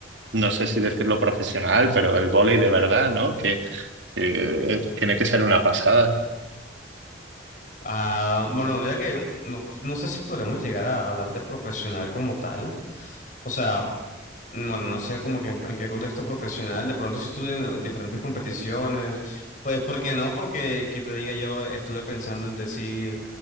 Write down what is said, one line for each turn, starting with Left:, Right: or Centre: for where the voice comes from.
Right: no sé si decirlo profesional, pero el vóley de verdad, ¿no? Que, eh, tiene que ser una pasada.
Left: Ah, bueno, mira que no, no sé si podríamos llegar a hablar de profesional como tal. O sea, Bueno, no sé como que en, en qué contexto profesional, de pronto si estuve en diferentes competiciones, pues ¿por qué no? Porque que te diga yo estuve pensando en decir,